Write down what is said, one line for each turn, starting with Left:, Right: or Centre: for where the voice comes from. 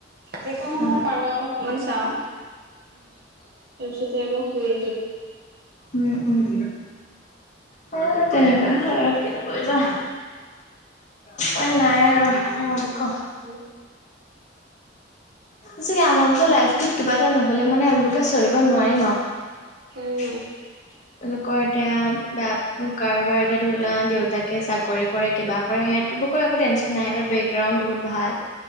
Right: যিকোনো
Left: অ
Right: মোৰ পাৰো অকমান চাও তাৰপিছতে আকৌ শুই
Left: উম-উম। অ' তেনেকুৱাই হয় আৰু কিনো কৰিবা উপায় নাই আৰু
Right: উম'।
Left: সচাকে আমাৰ বোকৰ লাইফটোত কিবা এটা নহ'লে মানে আমি বোৰে চলিব নোৱাৰিম আৰু
Right: উম
Left: তেওঁলোকৰ এতিয়া কাৰোবাৰ এতিয়া ধৰি লোৱা দেউতাকে চাকৰি কৰে কিবা কৰে সিহঁতৰ বাৰু একো টেনশ্যন নাই, সিহঁতৰ বেকগ্ৰাউণ্ড বহুত ভাল।